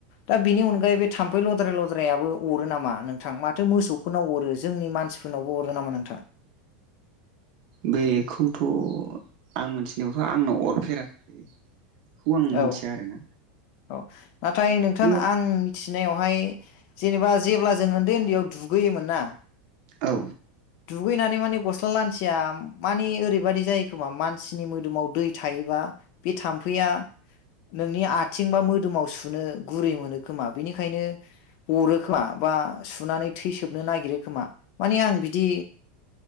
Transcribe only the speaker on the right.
बेखौथ' आं मोनथिनायावथ' आंनाव अरफेराखै। बेखौ आं मिथिया
आरोना
खिन्थु
औ।